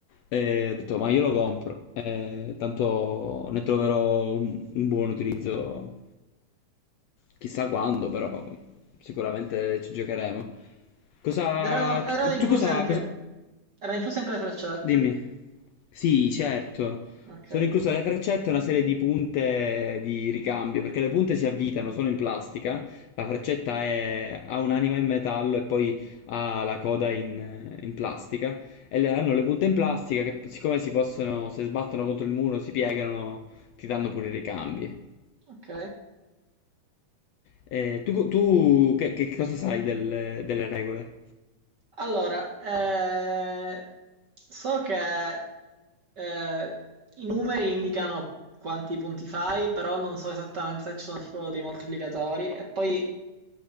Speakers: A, on the left; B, on the right.
A: eh, ho detto ma io lo compro, eh, tanto ne troverò un, un buon utilizzo, chissà quando, però sicuramente ci giocheremo. Cosa,
B: Ed erano, erano
A: tu,
B: incluse
A: tu cosa,
B: anche...
A: cosa-
B: Erano incluse anche le freccette?
A: Dimmi. Sì, certo.
B: Ok,
A: Sono incluse le freccette e una serie di punte di ricambio, perché le punte si avvitano, sono in plastica, la freccetta è- ha un'anima in metallo e poi ha la coda in, in plastica, e le- hanno le punte in plastica che siccome si possono, se sbattono contro il muro, si piegano, ti danno pure i ricambi.
B: ok.
A: Eh, tu tu che, che cosa sai del- delle regole?
B: Allora, eh, so che eh, i numeri indicano quanti punti fai, però non so esattamente se ci sono tipo dei moltiplicatori. E poi